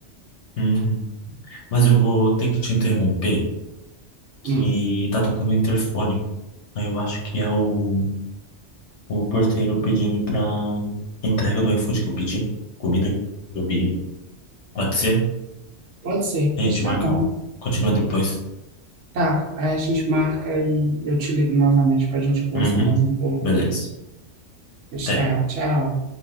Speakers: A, on the left (about 75°); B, on the right (about 85°).
A: Uhum. Mas eu vou ter que te interromper, que
B: Hum,
A: tá tocando o interfone. Aí eu acho que é o, o porteiro pedindo pra entrega do iFood que eu pedi. Comida que eu pedi. Pode ser?
B: pode ser,
A: A
B: pois
A: gente
B: tá
A: marca
B: bom.
A: um. Continua depois.
B: Tá, aí a gente marca e eu te ligo novamente para a gente conversar
A: Uhum.
B: mais um pouco.
A: Beleza.
B: Pois
A: Até.
B: tá, tchau.